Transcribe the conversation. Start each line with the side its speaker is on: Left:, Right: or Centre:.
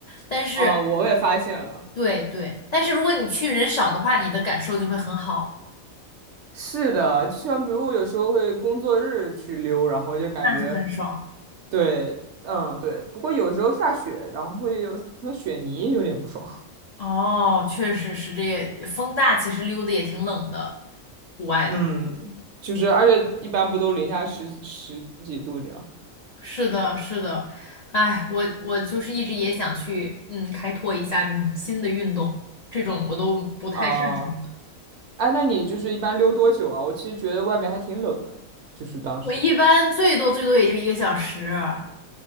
Left: 但是
Right: 啊，我也发现了，
Left: 对对，但是如果你去人少的话，你的感受就会很好，
Right: 是的，就像比如我有时候会工作日去溜，然后就感觉
Left: 那就很爽。
Right: 对，嗯，对，不过有时候下雪，然后会有层雪泥有点不爽，
Left: 哦，确实是这也，风大其实溜的也挺冷的，户外的话。
Right: <laughs> 嗯，就是而且一般不都零下十十几度这样
Left: 是的，是的，哎，我我就是一直也想去，嗯，开拓一下这种新的运动，这种我都不太擅长的。
Right: 啊，哎，那你就是一般溜多久啊？我其实觉得外面还挺冷的，就是当时。
Left: 我一般最多最多也就一个小时啊，